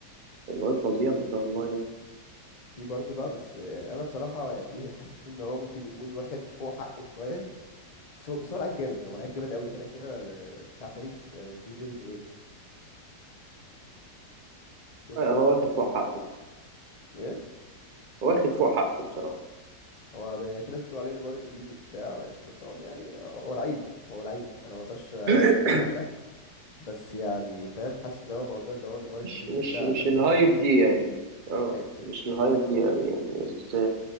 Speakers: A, on the right; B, on the left.
A: الواد فظيع ما شاء الله يعني
B: في برضه بقى بس يعني انا بصراحه يعني <laughs> حسيت ان هو ممكن يكون واخد فوق حقه شويه بس هو بس هو لعيب جامد هو لعيب جامد قوي كده كده آه، بتاع باريس آه، ديزيري دوي شفته
A: هو واخد فوق حقه
B: ايه
A: واخد فوق حقه بصراحة
B: هو ب- يعني في ناس بتقول عليه نيمار الجديد وبتاع بس بس هو يعني هو لعيب هو لعيب انا ما اقدرش اختلف
A: <laughs> <coughs>
B: على ده بس يعني فاهم حاسس ان هو موضوع ان هو نيمار الجديد
A: مش مش
B: وكده
A: مش
B: لفخ
A: الهايب
B: فيه قوي
A: دي يعني اه
B: اي
A: مش الهايب دي قوي يعني بس